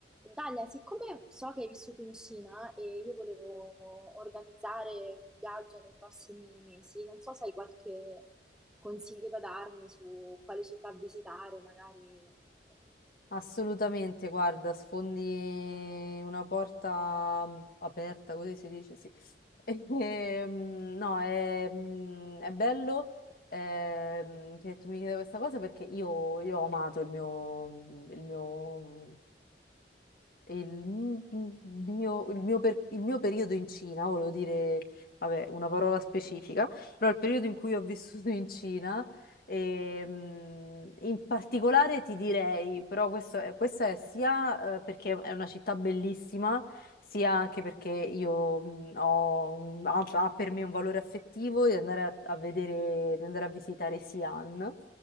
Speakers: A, in the centre; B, on the left.
A: Dalia, siccome so che hai vissuto in Cina e io volevo organizzare un viaggio nei prossimi mesi, non so se hai qualche consiglio da darmi su quale città visitare, magari. eh,
B: Assolutamente, guarda, sfondi una porta mm, aperta, così si dice, sì. <laughs> E, mm, no, è, mm, è bello ehm, che tu mi chieda questa cosa perché io, io ho amato il mio, il mio il mi- mio, il mio per- il mio periodo in Cina, volevo dire, vabbè, una parola specifica, però il periodo in cui ho vissuto in Cina, ehm, in particolare ti direi, però questo è, questa è sia eh, perché è una città bellissima, sia anche perché io mh, ho un- ha, ha per me un valore affettivo di andare a, a vedere, di andare a visitare Xi'an.